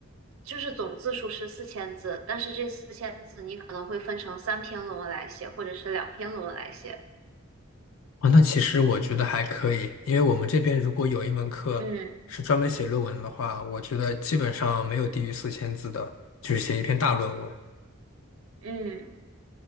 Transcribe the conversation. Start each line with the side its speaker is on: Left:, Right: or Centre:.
Right: 就是总字数是四千字，但是这四千字你可能会分成三篇论文来写，或者是两篇论文来写。
Left: 啊，那其实我觉得还可以，因为我们这边如果有一门课是专门写论文的话，
Right: 嗯
Left: 我觉得基本上没有低于四千字的，就是写一篇大论文。
Right: 嗯。